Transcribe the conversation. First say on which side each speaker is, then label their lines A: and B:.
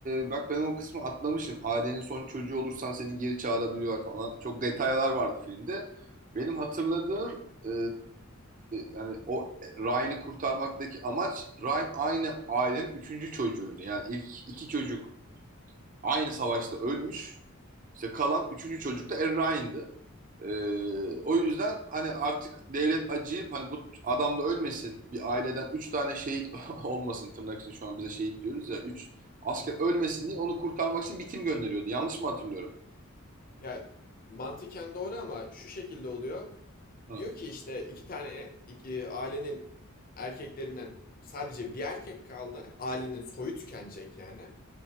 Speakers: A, on the right (about 40°); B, on the left (about 45°).
A: e, bak ben o kısmı atlamışım. Ailenin son çocuğu olursan seni geri çağırabiliyorlar falan. Çok detaylar vardı filmde. Benim hatırladığım e, yani o Ryan'ı kurtarmaktaki amaç Ryan aynı ailenin üçüncü çocuğuydu. Yani ilk iki çocuk aynı savaşta ölmüş. İşte kalan üçüncü çocuk da Errain'di. Ee, o yüzden hani artık devlet acıyıp hani bu adam da ölmesin bir aileden üç tane şehit <laughs> olmasın tırnak için şu an bize şehit diyoruz ya üç asker
B: Hı hı.
A: ölmesin diye onu kurtarmak için bir tim gönderiyordu. Yanlış mı hatırlıyorum?
B: Ya mantıken doğru ama şu şekilde oluyor.
A: Hı.
B: Diyor ki işte iki tane iki- ailenin erkeklerinden sadece bir erkek kaldı. Ailenin soyu tükenecek yani.